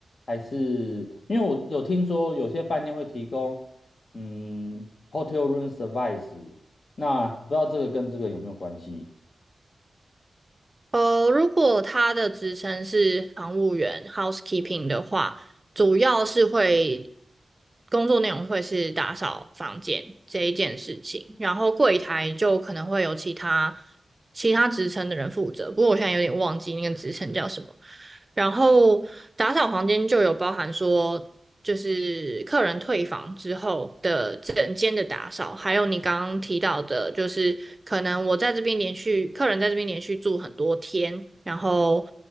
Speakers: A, on the left; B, on the right.
A: 还是因为我有听说有些饭店会提供嗯 hotel room service，那不知道这个跟这个有没有关系？
B: 呃，如果他的职称是房务员 （housekeeping） 的话，主要是会工作内容会是打扫房间这一件事情，然后柜台就可能会有其他其他职称的人负责。不过我现在有点忘记那个职称叫什么。然后打扫房间就有包含说就是客人退房之后的整间的打扫，还有你刚刚提到的，就是可能我在这边连续客人在这边连续住很多天，然后